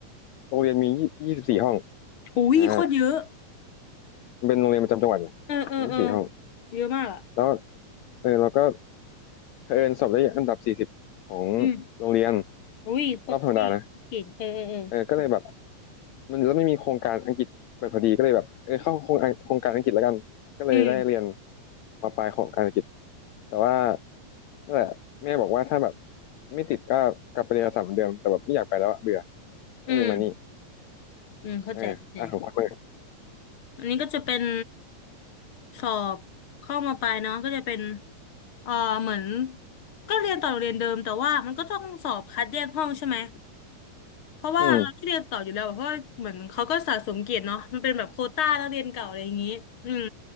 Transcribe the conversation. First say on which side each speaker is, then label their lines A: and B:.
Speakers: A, on the left; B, on the left.
A: โรงเรียนมียี่สิบสี่ห้อง
B: โอ้ยโคตรเยอะ
A: อ่ามันเป็นโรงเรียนประจำจังหวัดไง
B: เออเออเออ
A: ยี่สิบสี่ห้อง
B: เยอะมากอ่ะ
A: แล้วเออเราก็เผอิญสอบได้อันดับสี่สิบของ
B: อืม
A: โรงเรียน
B: อุ้ยโคตรเท่เก่งเออเออเออ
A: รอบธรรมดานะเออก็เลยแบบมันแล้วไม่มีโครงการอังกฤษแบบพอดีก็เลยแบบเออเข้าโครงโครงการอังกฤษแล้วกันก็เลยได้เรียน
B: อืม
A: มาปลายของการอังกฤษแต่ว่านั่นแหละแม่บอกว่าถ้าแบบไม่ติดก็กลับไปเรียนอัสสัมเหมือนเดิมแต่แบบไม่อยากไปแล้วอะเบื่อก็เลยมานี่
B: อืมอืมเข้าใจเข้าใจ
A: เอออ่ะของคุณบ้าง
B: อันนี้ก็จะเป็นสอบเข้ามาปลายเนาะก็จะเป็นเอ่อเหมือนก็เรียนต่อโรงเรียนเดิมแต่ว่ามันก็ต้องสอบคัดแยกห้องใช่ไหมเพราะว่าเราที่เรียนต่ออยู่แล้วอะเพราะว่าเหมือนเขาก็สะสมเกียรติเนาะมันเป็นแบบโควต้านักเรียนเก่าอะไรอย่างนี้อืม
A: อืม